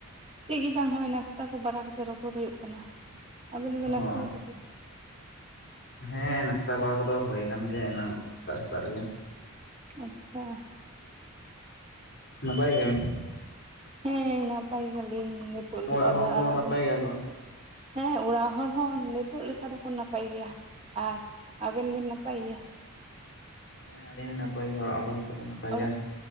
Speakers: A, on the right; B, on the left.
A: ᱪᱮᱫ ᱜᱮ ᱵᱟᱝ ᱱᱚᱜᱼᱚᱭ ᱱᱟᱥᱛᱟ ᱠᱚ ᱵᱟᱲᱟ ᱠᱟᱛᱮᱜ ᱨᱚᱯᱚᱲ ᱦᱩᱭᱩᱜ ᱠᱟᱱᱟ, ᱟᱵᱤᱱ ᱵᱤᱱ
B: ᱚ
A: ᱱᱟᱥᱛᱟᱭ ᱫᱟ ᱥᱮ ᱪᱮᱫ?
B: ᱦᱮᱸ ᱱᱟᱥᱛᱟ ᱵᱟᱲᱟ ᱠᱚᱫᱚ ᱦᱩᱭᱟ ᱟᱠᱟᱱ ᱜᱮᱭᱟ ᱮᱱᱟᱝ ᱥᱮᱛᱟᱜ ᱥᱮᱛᱟᱜ ᱨᱮᱜᱮ
A: ᱟᱪᱷᱟ,
B: ᱱᱟᱯᱟᱭ ᱜᱮᱵᱭᱟᱤᱱ,
A: ᱦᱮᱸ ᱱᱟᱯᱟᱭ ᱜᱮᱞᱤᱧ ᱱᱤᱛᱚᱜ ᱞᱮᱹᱠᱟ
B: ᱚᱲᱟᱜ ᱦᱚᱲ
A: ᱫᱚ
B: ᱠᱚ
A: ᱟᱨ ᱟᱵᱮᱱ?
B: ᱱᱟᱯᱟᱭ ᱜᱮᱭᱟ ᱠᱚ
A: ᱦᱮᱸ ᱚᱲᱟᱜ ᱦᱚᱲ ᱦᱚᱸ ᱱᱤᱛᱚᱜ ᱞᱮᱠᱟ ᱫᱚᱠᱚ ᱱᱟᱯᱟᱭ ᱜᱮᱭᱟ᱾ ᱟᱨ ᱟᱵᱮᱱ ᱵᱮᱱ ᱱᱟᱯᱟᱭ ᱜᱮᱭᱟ?
B: ᱦᱮᱸ ᱟᱹᱞᱤᱧ ᱦᱚᱸ ᱱᱟᱯᱟᱭ ᱜᱮᱭᱟ ᱚᱲᱟᱜ ᱠᱚ ᱡᱚᱛᱚ ᱠᱚ ᱱᱟᱯᱟᱭ
A: ᱚᱲᱟᱜ
B: ᱜᱮᱭᱟ᱾